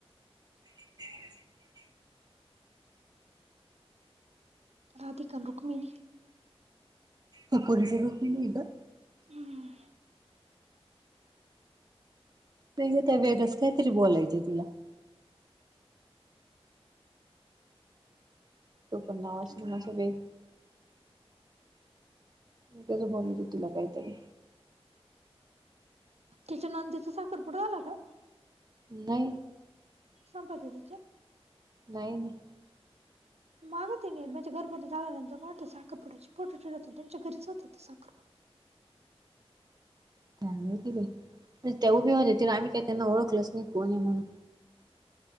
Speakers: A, on the right; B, on the right.
A: ह
B: राधिका रुक्मिणी
A: कपोरी जरूप नाही इ <inaudible>
B: हम्म
A: नाही ग त्या वेगळ्याच कायतरी बोलायचं तिला टोपण नाव असेल
B: त्यामुळे
A: असं वेगळं - मी त्याचं बोलते तुला काहीतरी
B: तिच्या नणंदेचं साखर पुडा आला का?
A: नाही.
B: संपदतीच्या
A: नाही नाही.
B: माग ते न म्हणजे घरबरनी झाल्यानंतर कोणते साखरपुड्याची फोटो ठेवले त्यांच्या घरीच होतात साखरपुड-
A: काय माहित बाई त्या उभे होले तर आम्ही काही त्यांना ओळखलंच नाही कोणी म्हणून.